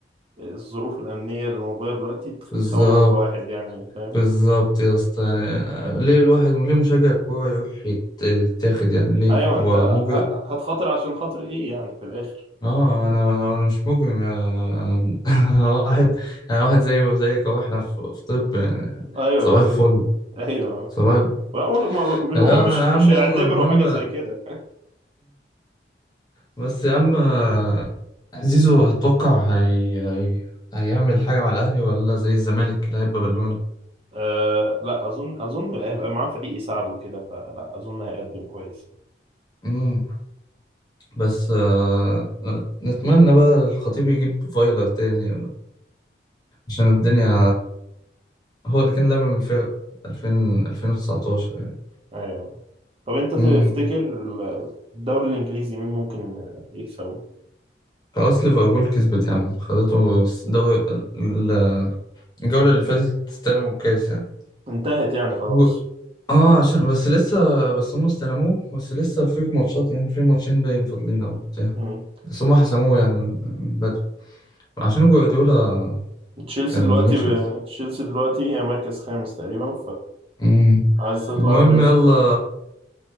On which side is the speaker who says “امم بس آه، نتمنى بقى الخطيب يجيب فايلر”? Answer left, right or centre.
Left